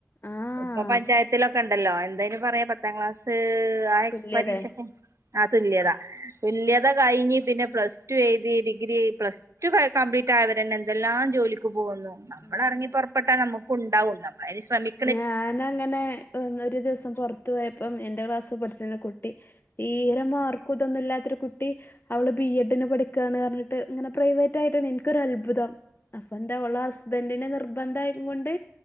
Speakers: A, on the left; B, on the right.
A: ആഹ്
B: പ്പ പഞ്ചായ ണ്ടല്ലോ എന്തായ്ന് പറയാ പത്താം ക്ലാസ് ആഹ് എക്സ്
A: തുല്യതെ
B: പരീക്ഷക്ക് ആഹ് തുല്യത തുല്യത കയ്ഞ്ഞ് പിന്നെ പ്ലസ് ടു എയ്തി ഡിഗ്രി പ്ലസ് സ്റ്റു കംപ്ലീറ്റ് ആയവരെന്നെ എന്തെല്ലാം ജോലിക്ക് പോകുന്നു നമ്മളെറങ്ങി
A: ആഹ്
B: പൊർപ്പെട്ട നമ്മക്കും ഉണ്ടാവും നമ്മളയ്ന് ശ്രമിക്
A: ഞാനങ്ങനെ എന്നൊരു ദിസം പൊർത്തു പോയപ്പം എന്റെ ക്ലാസ് പഠിച്ച് ണ കുട്ടി തീരെ മാർക്കുതൊന്നൂല്ലാത്തൊരു കുട്ടി അവള് ബി എ ഡ് ന് പഠിക്കാണ് പറഞ്ഞിട്ട് ഇങ്ങനെ പ്രൈവറ്റ് ആയിട്ടാണ് എനിക്കൊരു അത്ഭുതം അപ്പോ എന്താ ഓളെ ഹസ്ബൻറിന്റെ നിർബന്ധം ആയിരുന്നു കൊണ്ട്